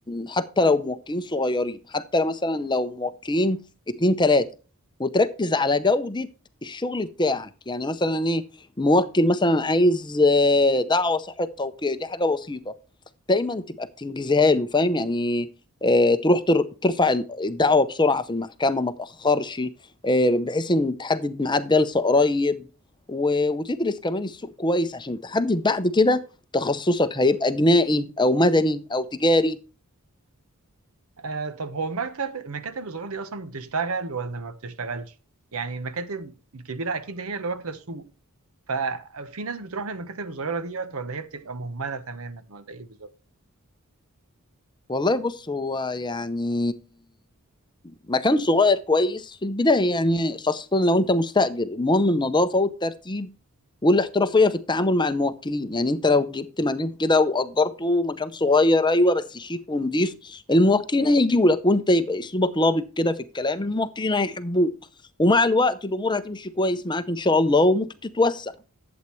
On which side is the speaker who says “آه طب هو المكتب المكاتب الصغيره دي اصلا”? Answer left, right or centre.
Right